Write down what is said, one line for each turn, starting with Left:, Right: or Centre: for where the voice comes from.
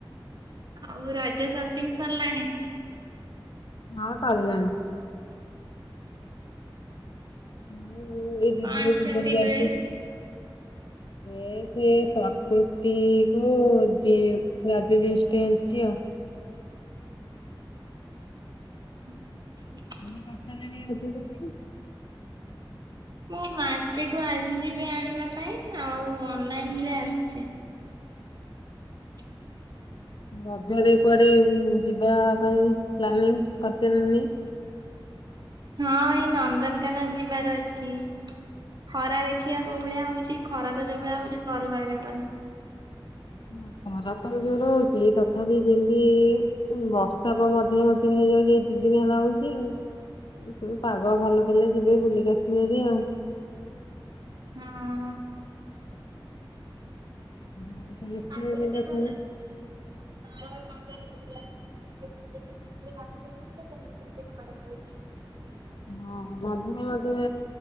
Right: ଆଉ ରାଜ ସପିଙ୍ଗ ସରିଲାଣି।
Left: ହଁ ସରିଲାଣି। ହଁ ଏ ଯୋଉ ଏଇ
Right: କଣ
Left: ଦିଦି
Right: ଆଣିଛନ୍ତି
Left: ପୂର୍ବ ରୁ ଯାଇଥିଲି।
Right: ଡ୍ରେସ୍?
Left: ଏଇ ସେଇ ସଟ୍ କୃତି କୁ ଜିନ ରଜ ଯୋଗୁ ଷ୍ଟେନ ଚାଲିଚି ଆଉ
Right: ହୁଁ।
Left: ତମେ କରି ସାରିଲଣି ରଜ ସପିଙ୍ଗ।
Right: ମୁଁ ମାର୍କେଟ ରୁ ଆଜି ଯିବି ଆଣିବା ପାଇଁ ଆଉ ଅନଲାଇନରେ ଆସିଛି। <inaudible>
Left: ରଜରେ କୁଆଡେ ଯିବା ପାଇଁ ପ୍ଲାନିଂ କରିଚ ନା ନାଇଁ।
Right: ହଁ ଏଇ ନନ୍ଦନକାନନ ଯିବାର ଅଛି। ଖରା ଦେଖିବା କୋଉ ଭଳିଆ ହଉଛି ଖରା ତ ଯୋଉ ଭଳିଆ ହଉଛି ଘରୁ ବାହାରି ହବନି।
Left: ହୁଁ ଖରା ତଷଯୋର ହଉଛି ତଥାପି ଯେମତି। ବର୍ଷା ପବନ <unintelligible> ଏଇ ଦି ଦିନ ହେଲା ହଉଛି ଏଇ ସବୁ ପାଗ ଭଲ ଦେଲେ ଯିବି ବୁଲିକି ଆସିବି ହାରି ଆଉ।
Right: ହଁ।
Left: ଘରେ ସମସ୍ତେ
Right: ଆଗରୁ
Left: କେମିତି
Right: ତ
Left: ଅଛନ୍ତି?
Right: ଭଲ। ନରମ ପାଗ ଦଉଥିଲା ଏବେ ରଜ ଯେମିତି ପାଖେଇ ଆସିଲା ସେମତି ସେମିତି ଖରା ହଉଛି।
Left: ହଁ ମଝିରେ ମଝିରେ